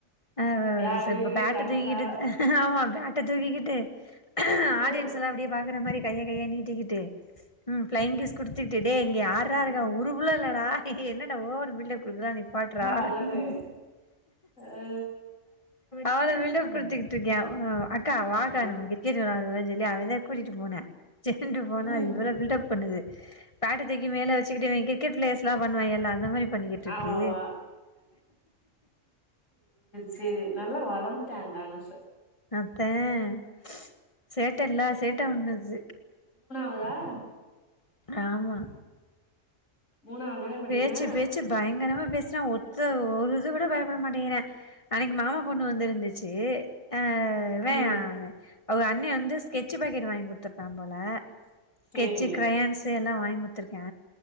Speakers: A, on the left; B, on the left.
A: ஆவ்
B: யாரு
A: செ பேட்ட
B: தனுஷா
A: தூக்கிட்டு ட்ட தூகிகிட்டு
B: ஆ
A: ஆடியன்ஸ் எல்லாம் அப்படியே பாக்குற மாதிரி கைய கைய நீட்டிகிட்டு ம் பிளைங் கிஸ் குடுத்துக்கிட்டு டே இங்கயார் யாருக்கா
B: ம்
A: உருபுல்ல இல்லடா ஹ்ஹே என்னடா ஓவர் பில்டப் குல்ல நிபாட்றா
B: அதானே
A: இஹ்இஹ்இஹ்ஹே
B: அ
A: அவ்ள மீல்டப் குடுத்தக்கு க்க அக்கா வாக்கா
B: ம்
A: நம்ம கிரிக்கெட்டு விளையாடுவ இல்ல அவதான் கூட்டிட்டு போனன் சேட்டு <unintelligible> போனா
B: ம்
A: அது இவ்வள பில்ட அப் பண்ணுது பன்ட்ட தைக்கி மேலே வச்சுக்கிட்டேங்க இவ கிரிக்கெட் <unintelligible> ல்லாம் பண்ணுவ எல்லாம் அந்த மாதிரி பண்ணிக்கிட்டு இருக்கு
B: ஆமா ஆமா சரி நல்லா வளர்ந்துட்டேந்தானஷ
A: அ <inaudible> சேட்டைல்ல சேட்டை ஒண்ணுது
B: போதா <unintelligible>
A: ஆமா
B: மூணாவது தானே படிக்கிறா
A: பேச்சு பேச்சு பயங்கரமா பேச ஒத்த ஒரு இது விட பயப்பட மாட்டேறேன் அன்னைக்கு மாமா பொண்ணு வந்துிருந்துச்சு ஆஹ வேன்
B: ம்
A: அவங்க அண்ணனை வந்து ஸ்கெச்சு பாக்கெட்டு வாய்ங் குடுத்திருப்பாம் போல ஸ்கெச்சு
B: சேரி
A: க்ரையான்ஸு எல்லா வாய்ங் கு த்துருக்கே